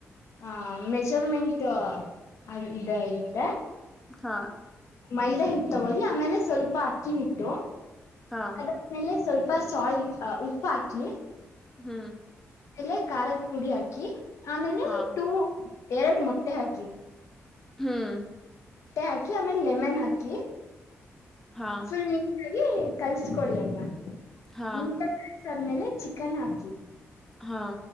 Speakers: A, on the left; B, in the centre.
A: ಹ ಮೆಜರ್ಮೆಂಟ್ ಅ ಇದ ಇರುತ್ತೆ
B: ಹಾ
A: ಮೈದಾ ಹಿಟ್ಟು ತಗೋಲಿ ಆಮೇಲೆ ಸ್ವಲ್ಪ ಅಕ್ಕಿ ಹಿಟ್ಟು
B: ಹಾ
A: ಅದಾದ್ಮೇಲೆ ಸ್ವಲ್ಪ ಸ್ವಲ್ಪ ಸಾಲ್ಟ್ ಅ ಉಪ್ಪ ಹಾಕಿ
B: ಹ್ಮ್
A: ಆಮೇಲೆ ಖಾರದ ಪುಡಿ ಹಾಕಿ ಆಮೇಲೆ
B: ಹಾ
A: ಟೂ ಎರಡು ಮೊಟ್ಟೆ ಹಾಕಿ
B: ಹ್ಮ್
A: ಹಾಕಿ ಅಮೇಲೆ ಲೆಮನ್ ಹಾಕಿ
B: ಹಾ
A: ಫುಲ್ ನೀ ಕಲ್ಸ್ಕೊೊಳ್ಳಿ ಅದ್ನ್ನ
B: ಹಾ
A: ನೀಟಾಗಿ ಕಲ್ಸಾದ್ಮೇಲೆ ಚಿಕನ್ ಹಾಕಿ
B: ಹಾ